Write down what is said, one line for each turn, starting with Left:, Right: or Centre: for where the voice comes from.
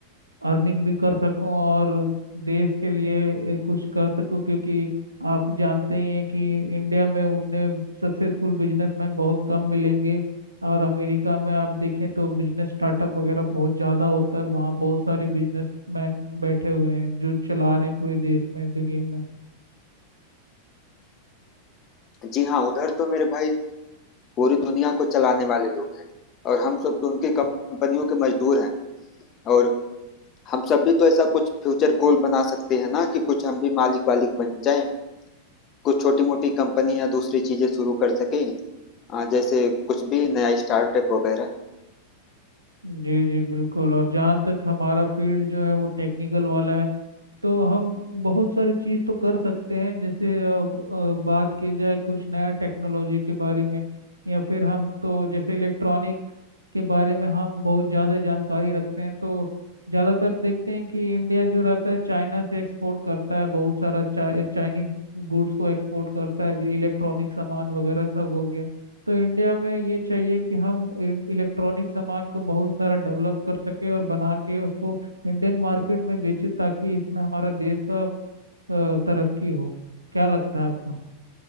Right: अर्निंग भी कर सकूं और देश के लिए कुछ कर सकूं क्योंकि आप जानते ही हैं कि इंडिया में उतने सक्सेसफुल बिजनेसमैन बहुत कम मिलेंगे और अमेरिका में आप देखें तो बिजनेस स्टार्टअप वगैरह बहुत ज़्यादा होता है और वहाँ बहुत सारे बिजनेसमैन बैठे हुए हैं जो चला रहे हैं पूरे देश में दुनिया में
Left: है जी हाँ उधर तो मेरे भाई पूरी दुनिया को चलाने वाले लोग हैं और हम सब तो उनकी कंपनियों के मजदूर हैं और हम सब भी तो ऐसा कुछ फ्यूचर गोल बना सकते हैं ना कि कुछ हम भी मालिक वालिक बन जाएं कुछ छोटी मोटी कंपनी या दूसरी चीजें शुरू कर सके आ, जैसे कुछ भी नया स्टार्टअप वगैरह
Right: जी जी बिल्कुल और जहाँ तक हमारा फील्ड जो है वो टेक्निकल वाला है तो हम बहुत सारी चीज़ तो कर सकते हैं जैसे अ, अ, बात की जाए कुछ नया टेक्नोलॉजी के बारे में या फिर हम तो जैसे इलेक्ट्रॉनिक के बारे में हम बहुत ज़्यादा जानकारी रखते हैं तो ज़्यादातर देखते हैं कि इंडिया जो रहता है चाइना से एक्सपोर्ट करता है बहुत सारा चा, चाइनीज गुड्स को एक्सपोर्ट करता है जो इलेक्ट्रॉनिक सामान वगैरह सब हो गया तो इंडिया में ये चाहिए कि हम इलेक्ट्रॉनिक सामान को बहुत सारा डेवलप कर सके और बना के उसको इंडियन मार्केट में बेचे ताकि इसमें हमारा देश का अ, तरक्की हो क्या लगता है आपको